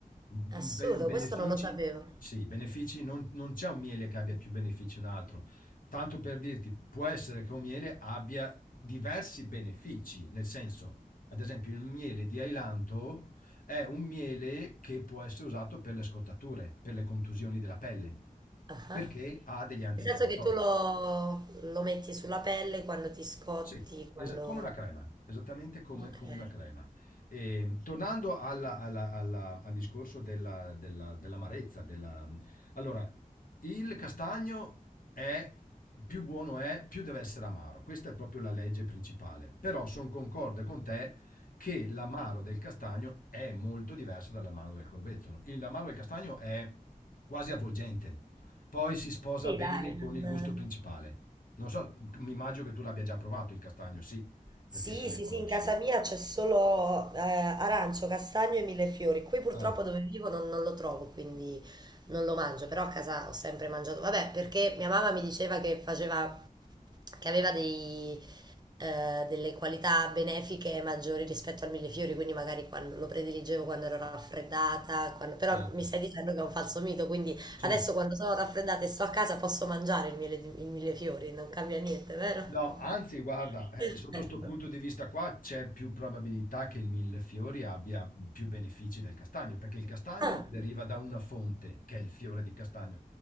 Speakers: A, on the left; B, on the right.
A: mh,
B: assurdo,
A: be- i benefici,
B: questo non lo sapevo.
A: sì, i benefici non, non c'è un miele che abbia più benefici di un altro. Tanto per dirti, può essere che un miele abbia diversi benefici, nel senso, ad esempio, il miele di ailanto è un miele che può essere usato per le scottature, per le contusioni della pelle,
B: Ah.
A: perché ha degli antinfiammatori.
B: Nel senso che tu lo, lo metti sulla pelle quando ti scotti,
A: Sì, esa-
B: quando...
A: come una crema, esattamente come,
B: Ok.
A: come una crema. E, tornando alla- alla- alla- al discorso della- della- dell'amarezza, della... allora, il castagno è più buono è, più deve essere amaro. Questa è proprio la legge principale. Però sono concorde con te che l'amaro del castagno è molto diverso dall'amaro del corbezzolo. Il- L'amaro del castagno è quasi avvolgente, poi si sposa
B: Sì,
A: bene
B: dai,
A: con
B: non...
A: il gusto principale. Non so, mi immagino che tu l'abbia già provato il castagno, sì, perché
B: Sì,
A: se ne
B: sì,
A: conosci.
B: sì, in casa mia c'è solo eh, arancio, castagno e millefiori. Qui purtroppo
A: Ah,
B: dove vivo non, non lo trovo, quindi non lo mangio, però a casa ho sempre mangiato. Vabbè, perché mia mamma mi diceva che faceva che aveva dei, eh, delle qualità benefiche maggiori rispetto al millefiori, quindi magari quando- lo prediligevo quando ero raffreddata, quando- però
A: certo.
B: mi stai dicendo che è un falso mito, quindi
A: Sì.
B: adesso quando sono raffreddata e sto a casa posso mangiare il miele- il millefiori, non cambia niente, vero?
A: No, anzi, guarda, eh,
B: Perfetto.
A: sotto sto punto di vista qua c'è più probabilità che il millefiori abbia più benefici del castagno, perché il castagno
B: Ah.
A: deriva da una fonte, che è il fiore di castagno.